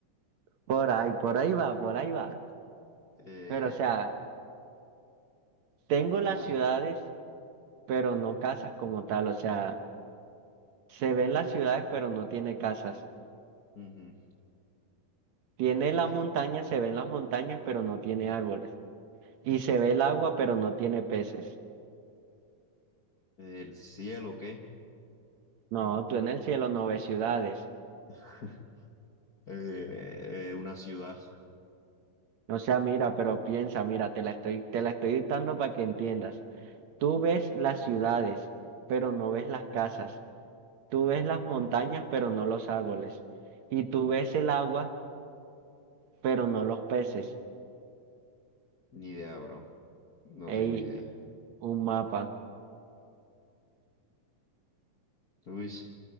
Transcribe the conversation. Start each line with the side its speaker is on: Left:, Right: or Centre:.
Right: Por ahí, por ahí va, por ahí va.
Left: Eh,
Right: Pero, o sea, Tengo
Left: ajá.
Right: las ciudades, pero no casas como tal. O sea, se ven las ciudades, pero no tiene casas.
Left: ujú.
Right: Tiene las
Left: Eh,
Right: montañas, se ven las montañas, pero no tiene árboles. Y se ve el agua, pero no tiene peces.
Left: el cielo, ¿qué?
Right: No, tú en el cielo no ves ciudades.
Left: <laughs> Eh, eh, una ciudad.
Right: O sea, mira, pero piensa, mira, te la estoy, te la estoy dictando para que entiendas. Tú ves las ciudades, pero no ves las casas. Tú ves las montañas, pero no los árboles. Y tú ves el agua, pero no los peces.
Left: Ni idea, bro. No
Right: Ey,
Left: tengo idea.
Right: un mapa.
Left: Uy,